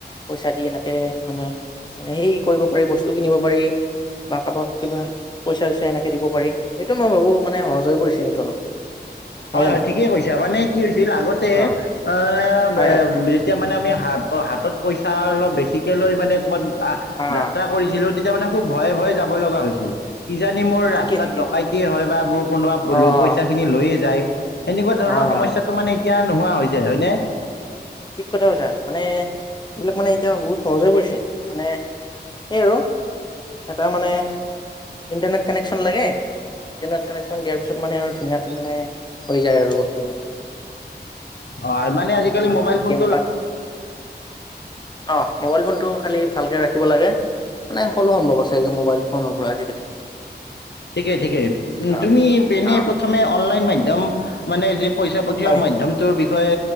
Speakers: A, on the left; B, on the left.
A: পইচা দি এনেকে মানে, মানে হৈ কৰিব পাৰি, বস্তু কিনিব পাৰি বা কাৰোবাক কিবা, পইচা-চইচা এনেকে দিব পাৰি। সেইটো মই ভাবোঁ মানে সহজ হৈ পৰিছে কিন্তু অলপ। নহয়
B: হয়
A: জানো
B: হয়, ঠিকেই কৈছা। মানে- কি হৈছিল, আগতে
A: অ',
B: অ' নে, ব,
A: হয়
B: এ,
A: হয়
B: যেতিয়া- মানে আমি হাত, অ' হাতত পইচা অলপ বেছিকে লৈ মানে ক'ৰবাত- আহ,
A: অ',
B: যাত্ৰা কৰিছিলোঁ- তেতিয়া মানে খুব ভয়ে ভয়ে যাবলগা হৈছিল। কিজানি মোৰ ৰাস্তাত
A: ঠিকে ঠিকে
B: ডকাইটিয়ে হয় বা মোৰ কোনোবা প,
A: অ',
B: ল, পইচাখিনি লৈয়ে- যায়। সেনেকুৱা ধৰণৰ
A: হয়
B: সমস্যাটো
A: হয়।
B: মানে এতিয়া- নোহোৱা হৈছে, হয়নে?
A: ঠিক কথা কৈছা মানে এইবিলাক মানে এতিয়া বহুত সহজ হৈ পৰিছে মানে সেই আৰু, এটা মানে ইণ্টাৰনেট কানেকচন লাগে ইণ্টাৰনেট কানেকচন দিয়াৰ পিছত মানে আৰু ধুনীয়াকে মানে হৈ যায় আৰু বস্তুবোৰ।
B: অহ, আ' মানে আজিকালি মোবাইল ফোন
A: <unintelligible> অহ, মোবাইল ফোন টো খালি ভালকে ৰাখিব লাগে, মানে সকলো সম্ভৱ আছে একদম মোবাইল ফোনৰ পৰা আজিকালি।
B: ঠিকে ঠিকে উম,
A: অ
B: তুমি এনে
A: অ
B: প্ৰথমে অনলাইন মাধ ধম মানে যে পইচাপাতিহৰ
A: হয়
B: মাধ্যমটোৰ বিষ বিষয়ে